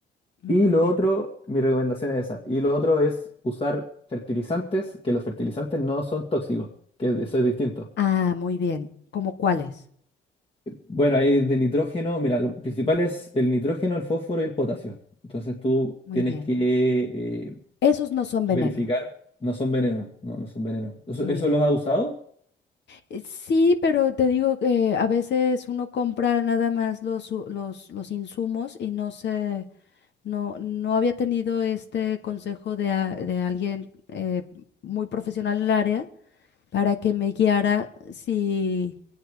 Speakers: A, on the left (about 60°); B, on the left (about 25°).
A: Muy
B: Y lo
A: bien.
B: otro, mi recomendación es esa. Y lo otro es usar fertilizantes, que los fertilizantes no son tóxicos, que eso es distinto.
A: Ah, muy bien. ¿Cómo cuáles?
B: Bueno, ahí de nitrógeno, mira, lo principal es el nitrógeno, el fósforo y el potasio. Entonces tú
A: Muy
B: tienes
A: bien.
B: que eh,
A: Esos no son venenos.
B: verificar, no son venenos, no, no son venenos. ¿Eso,
A: Muy
B: eso
A: bien.
B: los has usado?
A: Eh, Sí, pero te digo que a veces uno compra nada más los, u- los, los insumos y no se... No, no había tenido este consejo de, a- de alguien eh, muy profesional en el área para que me guiara si,